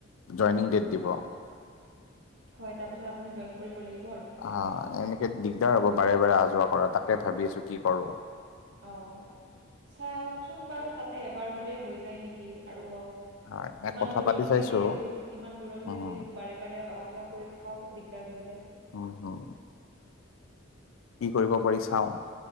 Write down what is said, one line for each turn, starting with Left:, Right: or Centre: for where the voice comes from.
Left: জইনিং ডেট দিব
Right: হয় তাৰ পিছত আপুনি জইন কৰিব লাগিব আৰু তাতে
Left: অ এনেকে দিগদাৰ হ'ব বাৰে বাৰে অহা যোৱা কৰা তাকে ভাবি আছো কি কৰো
Right: অ চাওকচোন বাৰু তাতে এবাৰ গ'লে হৈ যায় নেকি আৰু
Left: হয় নাই
Right: ইমান
Left: কথা
Right: দূৰত
Left: পাতি চাইছো
Right: হয় যিহেতু ইমান দূৰত হয়
Left: উম
Right: যিহেতু বাৰে একবাৰে অহা যোৱা কৰি থকাও দিগদাৰ হৈ যায়
Left: উম হম কি কৰিব পাৰি চাও